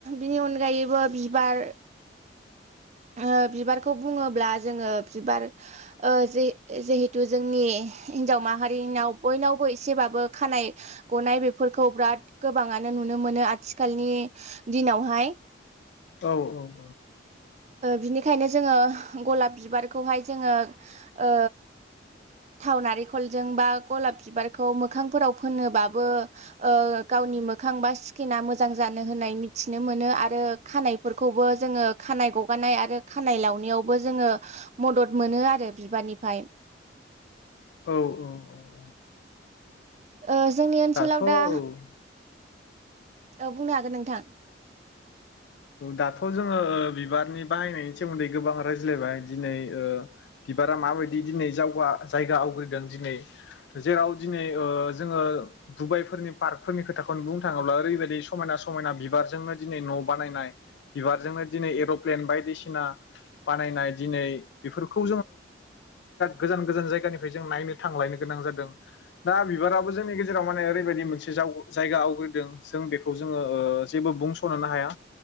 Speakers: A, on the right (about 40°); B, on the left (about 65°).
A: बिनि अनगायैबो बिबार ओ बिबारखौ बुङोब्ला जोङो बिबार ओ जिहेथु जोंनि हिन्जाव माहारिनाव बयनावबो एसेबाबो खानाय गनाय बेफोरखौ बिराद गोबाङानो नुनो मोनो आथिखालनि दिनावहाय।
B: औ-औ-औ।
A: बिनिखायनो जोङो गलाब बिबारखौहाय जोङो ओ थाव नारिेंखलजों बा गलाब बिबारखौ मोखांफोराव फोनोबाबो ओ गावनि मोखां बा स्किना मोजां जानो होननाय मिथिनो मोनो आरो खानायफोरखौबो जोङो खानाय गब माबानाय आरो खानाय लावनाययावबो जोङो मदद मोनो आरो बिबारनिफ्राय।
B: औ-औ-औ-औ।
A: ओ जोंनि ओनसोलाव
B: दाथ' औ
A: दा। औ बुंनो हागोन नोंथां।
B: दाथ जोङो ओ बिबारनि बाहायनायनि सोमोन्दै गोबां रायज्लायबाय दिनै बिबारा माबायदि दिनै जावगा जायगा आवग्रिदों दिनै जेराव दिनै ओ जोङो दुबाइफोरनि पार्कफोरनि खोथाखौनो बुंनो थाङोब्ला ओरैबायदि समायना समायना बिबारजोंनो दिनै न बानायनाय बिबारजोंनो दिनै एर'फ्लेन बायदिसिना बानायनायै बेफोरखौ गोजान गोजान जायगानिफ्राय नायनो थांनो गोनां जादों दा बिबारा जोंनि गेजेराव माने ओैबायदि मोन जावग जायगा आवग्रिदों जों बेखौ जोङो जेबो बुंस नुनो हाया।